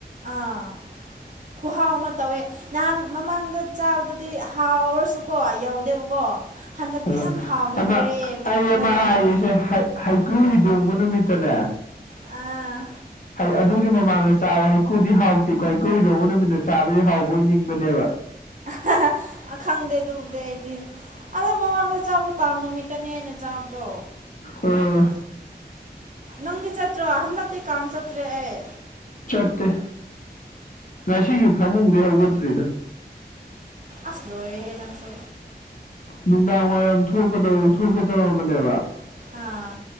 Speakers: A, on the right; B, on the left.
A: ꯑꯥ ꯈꯨꯍꯥꯎ ꯑꯃ ꯇꯧꯋꯦ ꯅꯍꯥꯟ ꯃꯃꯥꯡꯗ ꯆꯥꯕꯗꯨꯗꯤ ꯍꯥꯎꯔꯁꯨꯀꯣ ꯌꯧꯗꯦꯕꯀꯣ ꯍꯟꯗꯛꯇꯤ
B: ꯎꯝ
A: ꯌꯥꯝ ꯍꯥꯎꯅ
B: ꯑꯃ
A: ꯄꯤꯔꯛꯑꯦ
B: ꯑꯩ
A: ꯃꯣꯏ
B: ꯑꯃ
A: ꯃꯃꯥ
B: ꯍꯥꯏꯒꯦꯁꯦ ꯍꯩꯀ꯭ꯔꯨ ꯍꯤꯗꯣꯡꯕ ꯅꯨꯃꯤꯠꯇꯅꯦ
A: ꯑꯥ
B: ꯍꯩ ꯑꯗꯨꯒꯤ ꯃꯃꯥꯡꯗ ꯆꯥꯕ ꯍꯩꯀꯨꯗꯤ ꯍꯥꯎꯇꯦꯀꯣ ꯍꯩꯀꯨ ꯍꯤꯗꯣꯡꯕ ꯅꯨꯃꯤꯠꯇ ꯆꯥꯕꯗꯤ ꯍꯥꯎꯕꯣꯏ ꯅꯤꯡꯕꯅꯦꯕ
A: ꯍꯥꯍꯥ ꯈꯪꯗꯦ ꯑꯗꯨꯕꯨꯗꯤ ꯑꯩꯗꯤ ꯑꯗꯣ ꯃꯃꯥꯡꯗ ꯆꯥꯕꯗꯣ ꯀꯥꯡ ꯅꯨꯃꯤꯠꯇꯅꯦ ꯑꯩꯅ ꯆꯥꯕꯗꯣ
B: ꯑ
A: ꯅꯪꯗꯤ ꯆꯠꯇ꯭ꯔꯣ ꯍꯟꯗꯛꯇꯤ ꯀꯥꯡ ꯆꯠꯇ꯭ꯔꯦ ꯑꯩ
B: ꯆꯠꯇꯦ ꯉꯁꯤꯒꯤ ꯐꯃꯨꯡꯗꯩ ꯍꯧꯒꯠꯇ꯭ꯔꯤꯗ
A: ꯑꯁ ꯂꯣꯏꯔꯦ ꯍꯦ ꯅꯪꯁꯨ
B: ꯅꯨꯡꯗꯥꯡ ꯋꯥꯏꯔꯝ ꯊꯣꯛꯀꯗꯧ ꯊꯣꯛꯀꯦ ꯇꯧꯔꯝꯕꯅꯦꯕ
A: ꯑꯥ